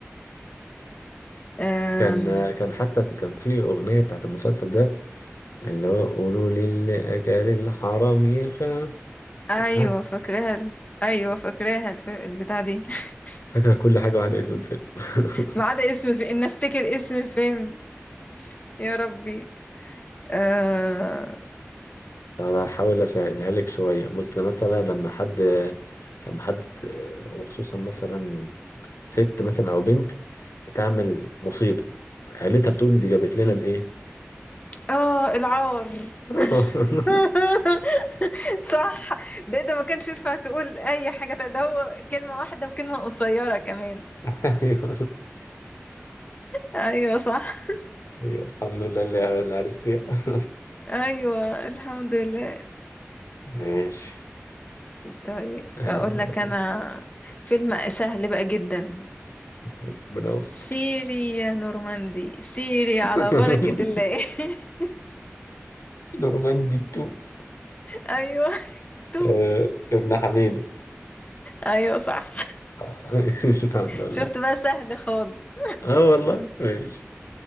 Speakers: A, on the left (about 30°); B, on the left (about 85°).
A: امم
B: كان كان حتى كان في أغنية بتاعت المسلسل ده اللي هو قولوا للي أكل الحرام يخاف
A: ايوه
B: ها
A: فاكراها ال- ايوه فاكراها الف- البتاع دي <laughs>
B: فاكرة كل حاجة بعد اسم الفيلم <laughs>
A: ما عدا اسم الفيلم ان افتكر اسم الفيلم يا ربي آه
B: انا هحاول اسهلها
A: اسم
B: لك شويه بص مثلا لما حد لما حد وخصوصا مثلا ست مثلا او بنت تعمل مصيبه عيلتها بتقول دي جابت لنا الايه
A: اه العار
B: <laughs>
A: <laughs> صح ده ده ما كانش ينفع تقول اي حاجه تانية. ده هو كلمه واحده بكلمه قصيره كمان
B: ايوه
A: ايوه صح
B: ايوه الحمد لله اللي اللي عرفتيها
A: ايوه الحمد لله
B: ماشي
A: طيب
B: آه،
A: اقول لك انا فيلم سهل بقى جدا
B: ربنا يستر
A: سيري يا نورماندي سيري
B: <laughs>
A: على بركة الله <laughs>
B: نورماندي 2
A: ايوه تو
B: آه، ابن حميدو
A: ايوه صح
B: <laughs> الحمد لله
A: شفت بقى سهل خالص
B: اه والله ماشي